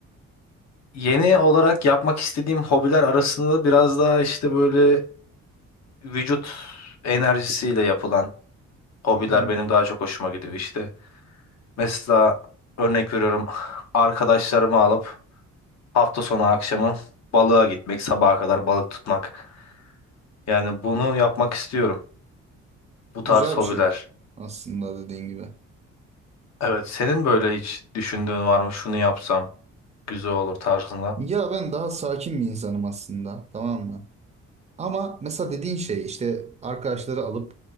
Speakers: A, on the left; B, on the right.
A: Yeni olarak yapmak istediğim hobiler arasında biraz daha işte böyle vücut enerjisiyle yapılan hobiler
B: Hı hı.
A: benim daha çok hoşuma gidiyor. işte. mesela örnek veriyorum arkadaşlarımı alıp hafta sonu akşamı balığa gitmek, sabaha kadar balık tutmak. Yani bunu yapmak istiyorum. Bu tarz
B: Güzel
A: hobiler.
B: bir şey aslında dediğin gibi.
A: Evet, senin böyle hiç düşündüğün var mı? Şunu yapsam güzel olur tarzında.
B: Ya ben daha sakin bir insanım aslında, tamam mı? Ama mesela dediğin şey işte arkadaşları alıp